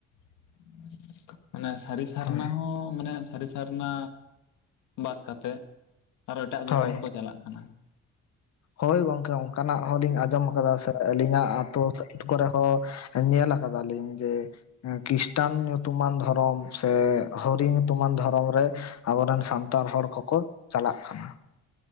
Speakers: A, on the left; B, on the left.
A: <unintelligible> ᱢᱟᱱᱮ ᱥᱟᱹᱨᱤ ᱥᱟᱨᱱᱟ
B: ᱦᱳᱭ
A: ᱦᱚᱸ ᱢᱟᱱᱮ ᱥᱟᱹᱨᱤ ᱥᱟᱨᱱᱟ ᱵᱟᱫ ᱠᱟᱛᱮᱜ᱾ ᱟᱨᱚ ᱮᱴᱟᱜ ᱫᱷᱚᱨᱚᱢ
B: ᱦᱳᱭ
A: ᱨᱮᱠᱚ ᱪᱟᱞᱟᱜ ᱠᱟᱱᱟ᱾
B: ᱦᱳᱭ ᱜᱚᱝᱠᱮ ᱚᱱᱠᱟᱱᱟᱜ ᱦᱚᱞᱤᱧ ᱟᱸᱡᱚᱢ ᱟᱠᱟᱫᱟ ᱥᱮ ᱟᱹᱞᱤᱧᱟᱜ ᱟᱹᱛᱩ ᱠᱚᱨᱮ ᱦᱚᱸ ᱧᱮᱞ ᱠᱟᱫᱟ ᱞᱤᱧ ᱡᱮ ᱠᱷᱨᱤᱥᱴᱟᱱ ᱧᱩᱛᱩᱢᱟᱱ ᱫᱷᱚᱨᱚᱢ ᱥᱮ ᱦᱚᱨᱤ ᱧᱩᱛᱩᱢᱟᱱ ᱫᱷᱚᱨᱚᱢ ᱨᱮ ᱟᱵᱚᱨᱮᱱ ᱥᱟᱱᱛᱟᱲ ᱦᱚᱲ ᱠᱚᱠᱚ ᱪᱟᱞᱟᱜ ᱠᱟᱱᱟ᱾